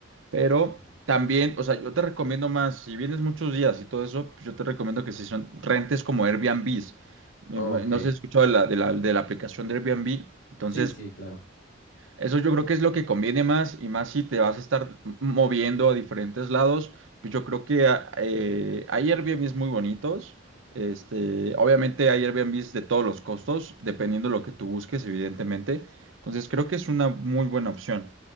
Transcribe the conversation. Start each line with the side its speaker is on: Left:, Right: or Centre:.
Right: Pero
Left: No.
Right: también, o sea, yo te recomiendo más, si vienes muchos días y todo eso, pues yo te recomiendo que si son rentes como Airbnb. No
Left: Ok,
Right: se escuchó de la, de la, de la aplicación de Airbnb. Entonces,
Left: sí, sí, claro.
Right: eso yo creo que es lo que conviene más y más si te vas a estar moviendo a diferentes lados. Pues yo creo que ah, eh, hay Airbnbs muy bonitos. Este, obviamente hay Airbnbs de todos los costos, dependiendo de lo que tú busques, evidentemente. Entonces, creo que es una muy buena opción.